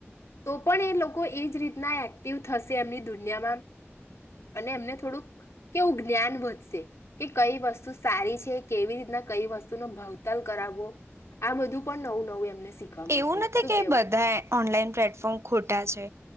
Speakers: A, on the left (about 85°); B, on the right (about 75°).
A: તો પણ એ લોકો એજ રીતના એક્ટિવ થશે એમની દુનિયામાં. અને એમને થોડુંક કેવું જ્ઞાન વધશે કે કઈ વસ્તુ સારી છે કેવી રીતના કઈ વસ્તુનો ભાવતાલ કરાવવો. આ બધું પણ નવું નવું એમને શીખવા મળશે
B: એવું નથી
A: શું
B: કે
A: કેવું
B: બધાય ઓનલાઈન પ્લેટફોર્મ ખોટા છે.